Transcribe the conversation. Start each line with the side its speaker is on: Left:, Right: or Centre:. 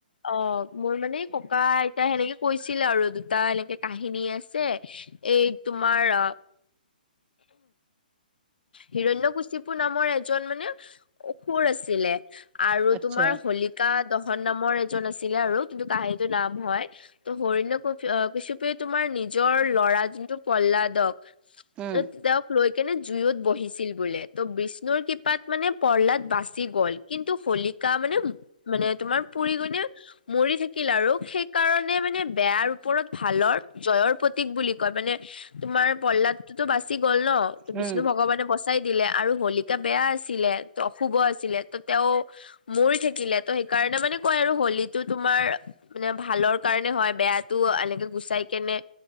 Left: অ মোৰ মানে ককা আইতাই সেনেকে কৈছিলে আৰু দুটা এনেকে কাহিনী আছে এই তোমাৰ হিৰণ্যকশিপুৰ নামৰ এজন মানে অসুৰ আছিলে আৰু
Right: আচ্ছা
Left: তোমাৰ হলিকা দহন নামৰ এজন আছিলে আৰু কিন্তু কাহিনীটো নাম হয় ত হৰন্য ক কশিপুৰে তোমাৰ নিজৰ ল'ৰা যোনটো প্ৰসল্লাদক
Right: উম।
Left: তেওঁক লৈ কেনে জুইত বহিছিল বোলে ত বিষ্ণুৰ কৃপাত মানে প্ৰহল্লাদ বাচি গ'ল কিন্তু ফুলিকা মানে মানে তোমাৰ পুৰি কিনে মৰি থাকিল আৰু সেইকাৰণে মানে বেয়াৰ ওপৰত ভালৰ জয়ৰ প্ৰতীক বুলি কয় মানে তোমাৰ প্ৰহল্লাদ টোতো বাচি গ'ল ন
Right: উম,
Left: বিষ্ণু ভগৱানে বচা চাই দিলে আৰু শলিকা বেয়া আছিলে ত অশুভ আছিলে ত তেওঁ মৰি থাকিলে ত সেইকাৰণে মানে কয় আৰু হলীটো তোমাৰ মানে ভালৰ কাৰণে হয় বেয়াটো এনেকে গুচাই কেনে